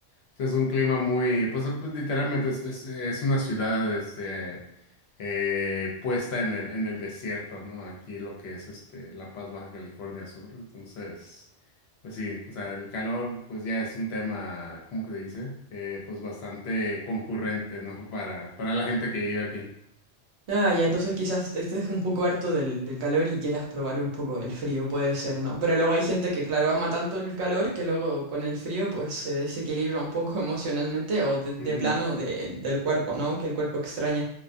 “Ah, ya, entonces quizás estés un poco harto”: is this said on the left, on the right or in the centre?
Right